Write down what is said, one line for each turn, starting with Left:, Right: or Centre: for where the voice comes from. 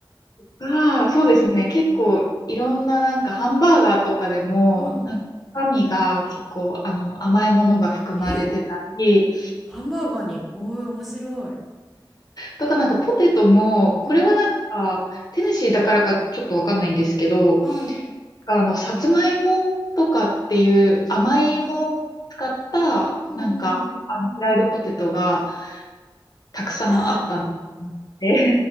Left: が、そうですね。結構、いろんななんか、ハンバーガーとかでも、
Centre: うん。
Left: なんか、中身が結構、あの、甘いものが含まれてたり、
Centre: <laughs> えハンバーガーに。おー、面白い。
Left: とかなんか、ポテトも、
Centre: うん。
Left: これはなんか、テネシーだからかちょっとわかんないんですけど、
Centre: はい
Left: あの、さつまいもとかっていう甘い芋を使った、
Centre: うんうんうんうんうん
Left: なんか、あのフライドポテトが、たくさんあったん
Centre: あ
Left: で、